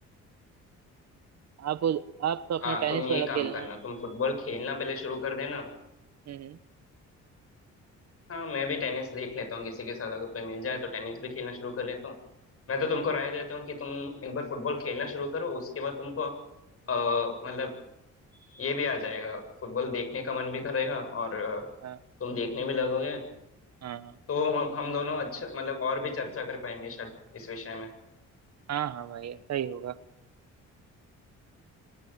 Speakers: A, on the right; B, on the left.
A: आप आप तो अपना
B: हाँ
A: टेनिस
B: तुम ये
A: वाला
B: काम
A: खेलना
B: करना
A: है
B: तुम फुटबॉल खेलना पहले शुरू कर देना
A: हम्म
B: हाँ मैं भी टेनिस देख लेता हूँ किसी के साथ अगर कोई मिल जाए तो टेनिस भी खेलना शुरू कर लेता हूँ मैं तो तुमको
A: हम्म हम्म,
B: राय देता हूँ कि तुम एक बार फुटबॉल खेलना शुरू करो उसके बाद तुमको अ, मतलब ये भी आ जाएगा फुटबॉल देखने का मन भी करेगा और अ,
A: हाँ
B: तुम देखने भी लगोगे
A: हाँ हाँ
B: तो हम हम दोनों अच्छा मतलब और भी चर्चा कर पाएंगे शायद इस विषय में
A: हाँ हाँ भाई ऐसा ही होगा